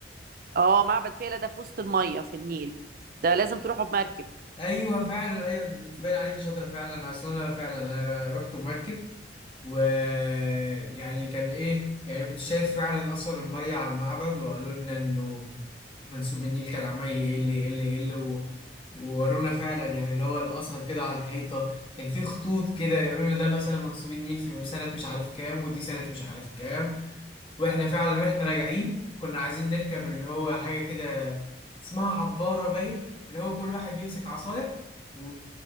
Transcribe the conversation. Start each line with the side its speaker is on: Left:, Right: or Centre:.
Right: اه معبد فيلة ده في وسط الميه في النيل ده لازم تروحوا بمركب
Left: ايوه فعلا ايوه تبان عليك شاطرة فعلا اصلا انا فعلا أنا رحت بمركب ويعني كان ايه يعني كنت شايف فعلا اثر الميه على المعبد وقالوا لنا انه منسوب النيل كان عمال يقل يقل يقل و... وورونا فعلا يعني اللي هو الاثر كده على الحيطه كان في خطوط كده يقولوا لنا ده مثلا منسوب النيل في سنه مش عارف كام ودي سنه مش عارف كام واحنا فعلا واحنا راجعين كنا عايزين نركب اللي هو حاجه كده اسمها عباره باين اللي هو كل واحد بيمسك عصايه و...